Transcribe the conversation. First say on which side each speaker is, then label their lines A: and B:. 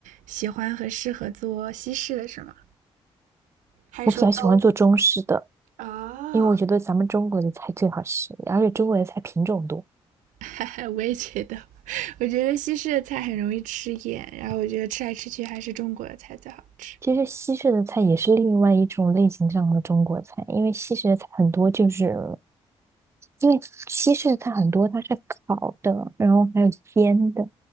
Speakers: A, on the right; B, on the right.
A: 喜欢和适合做西式的是吗？还是说都？
B: 我比较喜欢做中式的，
A: 哦，
B: 因为我觉得咱们中国的菜最好吃，而且中国的菜品种多。
A: 哈哈，我也觉得，我觉得西式的菜很容易吃厌，然后我觉得吃来吃去还是中国的菜最好吃。
B: 其实西式的菜也是另外一种类型上的中国菜，因为西式的菜很多就是，因为西式的菜很多它是烤的，然后还有煎的，